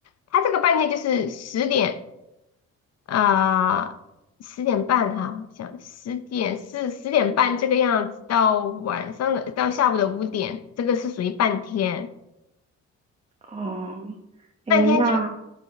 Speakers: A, on the left; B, on the right.
A: 他这个半天就是十点啊十点半哈、好像十点是十点半这个样子，到晚上的到下午的五点，这个是属于半天，
B: 哦，诶，
A: 半天就
B: 那